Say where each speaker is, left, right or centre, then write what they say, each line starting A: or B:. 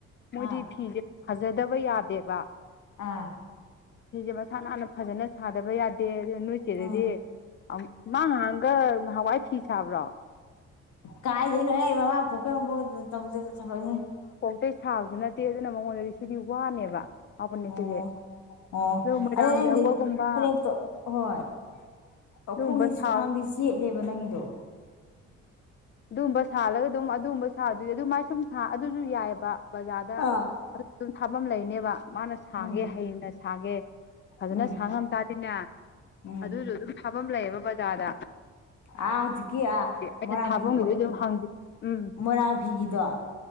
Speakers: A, on the left (about 40°); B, on the left (about 70°).
A: ꯃꯣꯏꯗꯤ
B: ꯑꯥ
A: ꯐꯤꯁꯦ ꯐꯖꯗꯕ ꯌꯥꯗꯦꯕ
B: ꯑꯥ
A: ꯁꯤꯁꯦ ꯃꯁꯥ ꯅꯥꯟꯅ ꯐꯖꯟꯅ ꯁꯥꯗꯕ ꯌꯥꯗꯦ ꯑꯗꯨ ꯅꯣꯏ ꯆꯦꯗꯗꯤ
B: ꯎꯝ
A: ꯑꯝ ꯃꯥ ꯅꯍꯥꯟꯒ ꯅꯍꯥꯟꯋꯥꯏ ꯐꯤ ꯁꯥꯕ꯭ꯔꯣ
B: ꯀꯥꯏꯗꯩꯅꯣ ꯍꯦ ꯃꯃꯥ ꯄꯣꯛ ꯑꯝꯕꯣꯛ ꯇꯧꯗꯕ ꯊꯕꯛꯅꯤ
A: ꯑꯇꯩ ꯁꯥꯕꯁꯨ ꯅꯠꯇꯦ ꯑꯗꯨꯅ ꯃꯉꯣꯟꯗꯗꯤ ꯁꯤꯗꯤ ꯋꯥꯅꯦꯕ ꯍꯥꯎꯕꯅꯦ
B: ꯑꯣ
A: ꯁꯤꯗꯤ
B: ꯑꯣ
A: ꯑꯗꯨ ꯃꯣꯏꯔꯥꯡ
B: ꯑꯗꯣ ꯅꯪꯗꯤ
A: ꯍꯛꯄꯒꯨꯝꯕ
B: ꯐꯅꯦꯛꯇꯣ ꯍꯣꯏ ꯂꯧꯈꯣꯡꯗꯤ
A: ꯑꯗꯨꯒꯨꯝꯕ ꯁꯥ
B: ꯁꯨ꯭ꯋꯥꯡꯗꯤ ꯆꯦꯠꯂꯦꯕ ꯅꯪꯒꯤꯗꯣ
A: ꯑꯗꯨꯝꯕ ꯁꯥꯜꯂꯒ ꯑꯗꯨꯝ ꯑꯗꯨꯒꯕ ꯁꯥꯕꯗꯤ ꯑꯗꯨ ꯃꯥꯏ ꯁꯨꯝ ꯁꯥ ꯑꯗꯨꯁꯨ ꯌꯥꯏꯌꯦꯕ ꯕꯖꯥꯔꯗ
B: ꯑꯥ
A: ꯑꯗꯨ ꯑꯗꯨꯝ ꯊꯥꯐꯝ ꯂꯩꯅꯦꯕ ꯃꯥꯅ ꯁꯥꯒꯦ
B: ꯎꯝ
A: ꯍꯩꯅ ꯁꯥꯒꯦ ꯐꯖꯟꯅ
B: ꯎꯝ
A: ꯁꯥ ꯉꯝꯇꯥꯗꯤꯅꯦ
B: ꯎꯝ
A: ꯑꯗꯨꯁꯨ ꯑꯗꯨꯝ ꯊꯥꯕꯝ ꯂꯩꯌꯦꯕ ꯕꯖꯥꯔꯗ
B: ꯑꯥ ꯍꯧꯖꯤꯛꯀꯤ ꯑꯥ
A: ꯑꯩꯅ
B: ꯃꯣꯏꯔꯥꯡ
A: ꯊꯥꯕꯝꯒꯤꯗꯤ
B: ꯐꯤ
A: ꯑꯗꯨꯝ ꯍꯪ ꯎꯝ
B: ꯃꯣꯏꯔꯥꯡ ꯐꯤꯒꯤꯗꯣ ꯑꯥ